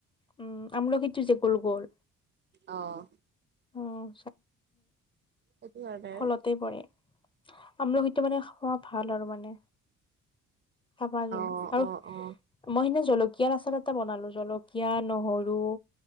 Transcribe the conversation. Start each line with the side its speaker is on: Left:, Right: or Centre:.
Left: উম' আমলখিটো যে গোল গোল।
Right: অহ'।
Left: অহ'
Right: সেইটো কাৰণে
Left: ফলতে পৰে। আমলখিটো মানে, খোৱা ভাল আৰু মানে। খাবা যেনি,
Right: অ
Left: আৰু
Right: অ অ
Left: মই সেইদিনা। জলকীয়াৰ আচাৰ এটা বনালো। জলকীয়া নহৰু